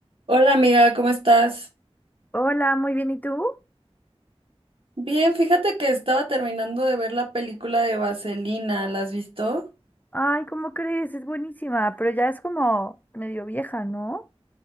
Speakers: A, on the right; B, on the left.
A: Hola amiga, ¿cómo estás?
B: Hola, muy bien, ¿y tú?
A: Bien, fíjate que estaba terminando de ver la película de Vaselina, ¿la has visto?
B: Ay, ¿cómo crees? Es buenísima, pero ya es como medio vieja, ¿no?